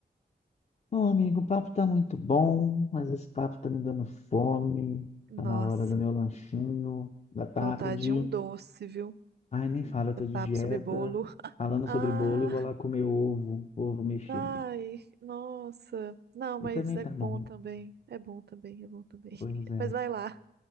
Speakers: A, on the left; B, on the right.
A: Bom, amigo, o papo tá muito bom, mas esse papo tá me dando fome.
B: Nossa,
A: Tá na hora do meu lanchinho da tarde.
B: vontade de um doce, viu?
A: Ai, nem fala, eu tô de
B: Papo
A: dieta,
B: sobre bolo.
A: falando
B: Ah,
A: sobre bolo e vou lá comer ovo, ovo mexido.
B: ai, nossa. Não,
A: E
B: mas
A: também
B: é
A: tá
B: bom
A: bom.
B: também. É bom também, é bom também. <laughs>
A: Pois é.
B: Mas vai lá.